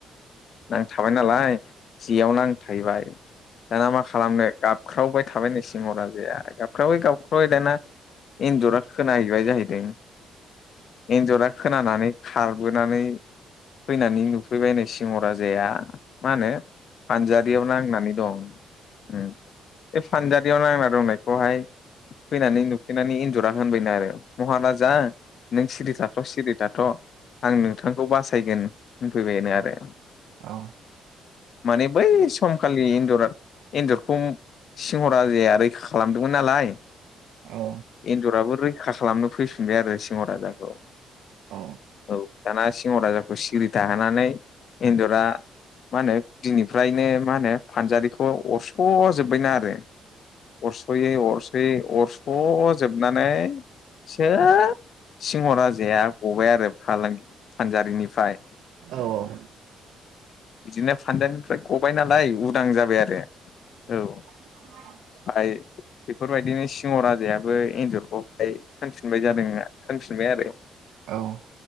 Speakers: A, on the left; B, on the right.
A: नांथाबाय नालाय जेयाव नांथाहैबाय। दाना मा खालामनो गाबख्रावबाय थाबायनो सिंह राजाया गाबख्रावै गाबख्रावै दाना एनजरा खोनाहैबाय जाहैदों एनजरा खोनानानै खारबोनानै फैनानै नुफैबायनो सिंह राजाया मा होनो फानजारियाव नांनानै दं। उम बे फानजारियाव नांना दंनायखौहाय फैनानै नुफैनानै एनजरा होनबायनो आरो महाराजा नों सिरि थाथ' सिरि थाथ' आं नोंथांखौ बासायगोन होनफैबायनो आरो।
B: औ।
A: माने बै समखालि एन्जरा एन्जरखौ सिंह' राजाया रैखा खालामदोंमोन नालाय।
B: औ।
A: एन्जराबो रैखा खालामनो फैफिनबाय आरो सिंह' राजाखौ।
B: अ
A: औ दाना सिंह' राजाखौ सिरि थाहोनानानै इन्जरा मा होनो बिनिफ्रायनो मा होनो फानजारिखौ अरस'जोब्बायनो आरो। अरस'यै अरस'यै अरस'जोबनानै। सो सिंह' राजाया गबाय आरो फालांगि फानजारिनिफ्राय
B: औ औ
A: बिदिनो फानदों ओमफ्राय गबाय नालाय उदां जाबाय आरो औ
B: <inaudible>
A: बाय बेफोरबायदिनो सिंह' राजायाबो एन्जरखौहाय होनफिनबाय जादों होनफिनबाय आरो
B: औ